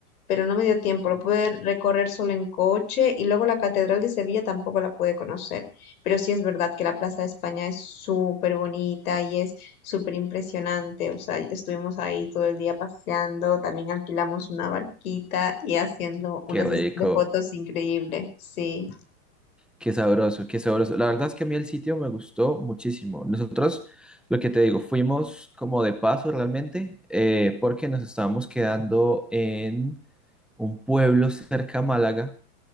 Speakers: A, on the left; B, in the centre.
A: pero no me dio tiempo. Lo pude recorrer solo en coche y luego la Catedral de Sevilla tampoco la pude conocer. Pero sí es verdad que la Plaza de España es súper bonita y es súper impresionante. O sea, estuvimos ahí todo el día paseando, también alquilamos una barquita y haciendo
B: Qué
A: una
B: rico,
A: sesión de fotos increíble. Sí.
B: qué sabroso, qué sabroso. La verdad es que a mí el sitio me gustó muchísimo. Nosotros, lo que te digo, fuimos como de paso realmente, eh, porque nos estábamos quedando en un pueblo cerca a Málaga